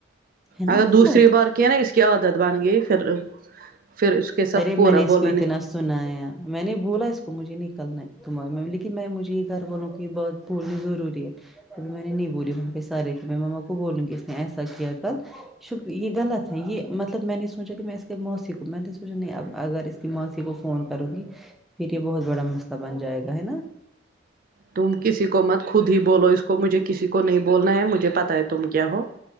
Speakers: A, in the centre; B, on the right.
A: ہے نا
B: اگر
A: غلط
B: دوسری بار کیا نا اس کی عادت بن گئی پھر پھر اس کے ساتھ
A: ارے
B: پورا
A: میں اس
B: بولا
A: کو اتنا
B: نے
A: سنایا میں نے بولا اس کو مجھے نکلنا ہےتمہار لیکن میں مجھے گھر والوں کی بات بولنی ضروری ہے ابھی میں نے نہیں بولی وہاں پہ سارے تھے میں مما کو بولوں گی اس نے ایسا کیا کل شکر یہ غلط ہے یہ مطلب میں نے نہیں سوچا کہ میں اس کے موسی کو میں سوچا نہیں اب اگر اس کی ماسی کو فون کروں گی پھر یہ بہت بڑا مسئلہ بن جائے گا ہے نا
B: تم کسی کو مت خود ہی بولو اس کو مجھے کسی کو نہیں بولنا ہے مجھے پتا ہے تم کیا ہو